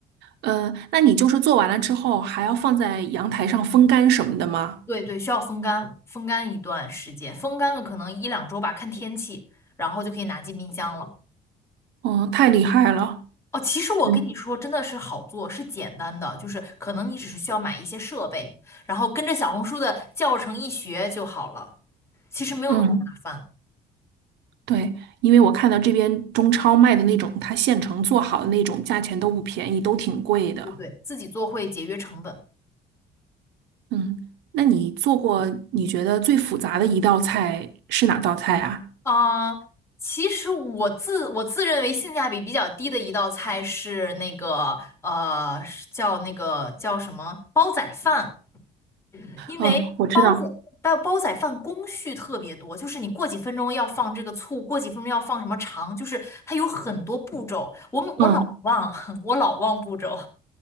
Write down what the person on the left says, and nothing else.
对对，需要风干，风干一段时间，风干了可能一两周吧，看天气，然后就可以拿进冰箱了。
哦，其实我跟你说，
真的是好做，是简单的，就是可能你只是需要买一些设备，然后跟着小红书的教程一学就好了。其实没有那么麻烦。
对对对，自己做会节约成本。
啊、其实我自我自认为性价比比较低的一道菜是那个呃，是叫那个叫什么煲仔饭，因为煲仔煲煲仔饭工序特别多，
就是你过几分钟要放这个醋，过几分钟要放什么肠，就是它有很多步骤，我我老忘，
<laughs> 我老忘步骤。